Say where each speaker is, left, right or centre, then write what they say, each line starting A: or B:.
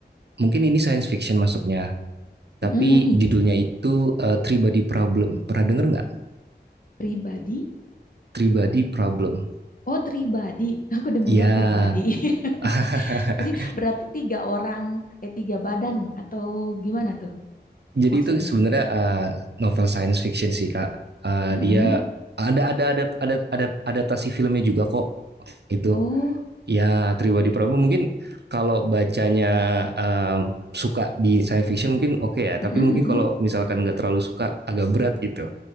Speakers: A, on the right; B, on the left.
A: mungkin ini science fiction masuknya tapi
B: Mm-mm, Ih,
A: judulnya itu eh, Three Body Problem. Pernah denger nggak?
B: pribadi.
A: Three Body Problem.
B: Oh, pribadi. <laughs> Aku dengernya
A: Iya.
B: pribadi.
A: <laughs>
B: <laughs> Tri- Berarti tiga orang, eh tiga badan atau gimana tuh
A: jadi
B: maksudnya?
A: itu sebenarnya eh, novel science fiction sih Kak. Eh,
B: Mm-mm.
A: dia ada ada ada ada ada adaptasi filmnya juga kok itu.
B: Oh,
A: Ya, Tribadi Prabu mungkin kalau bacanya um, suka di science fiction mungkin oke okay ya, tapi
B: mm-mm,
A: mungkin
B: mm-mm.
A: kalau misalkan nggak terlalu suka agak berat gitu.